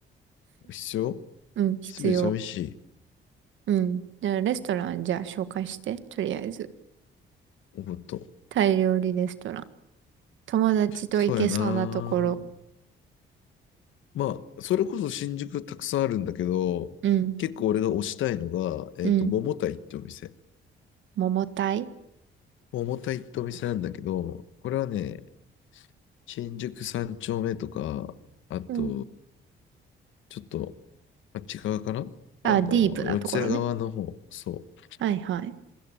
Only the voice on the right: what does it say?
うん、必要。
うん。じゃあ、レストラン、じゃあ、紹介して。とりあえず。
タイ料理レストラン。友達と行けそうなところ。
うん、
うん。
桃タイ
うん。
あ、ディープなところね。
はいはい。